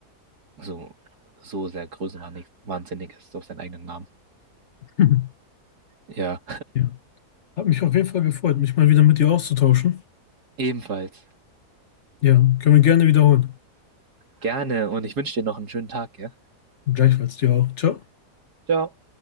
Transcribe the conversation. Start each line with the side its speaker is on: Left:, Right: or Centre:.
Right: so, so sehr größenwahnsinnig wahnsinnig ist auf seinen eigenen Namen.
Left: <laughs>
Right: Ja,
Left: Ja. Hat mich auf jeden Fall gefreut, mich mal wieder mit dir auszutauschen.
Right: <laughs> ebenfalls.
Left: Ja, können wir gerne wiederholen.
Right: Gerne und ich wünsche dir noch einen schönen Tag, ja?
Left: Gleichfalls dir auch. Ciao.
Right: Ciao.